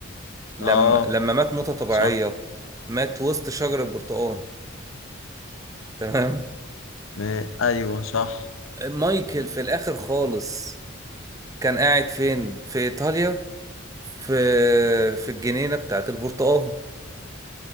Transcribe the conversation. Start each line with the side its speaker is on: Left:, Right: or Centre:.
Right: لما
Left: اه
Right: لما مات موتة طبيعية
Left: صح
Right: مات وسط شجر البرتقال تمام
Left: ما... ايوه صح
Right: مايكل في الاخر خالص كان قاعد فين في ايطاليا في في الجنينة بتاعت البرتقال